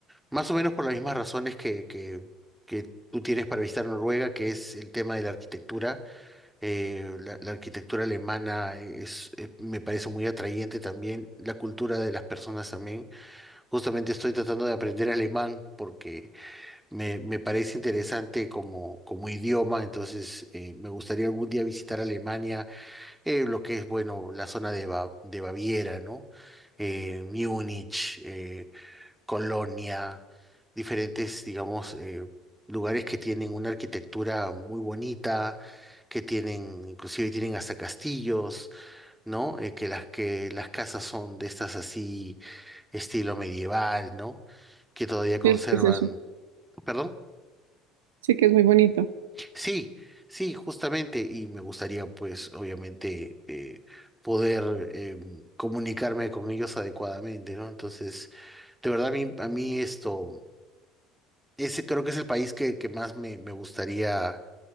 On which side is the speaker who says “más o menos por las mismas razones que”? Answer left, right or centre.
Centre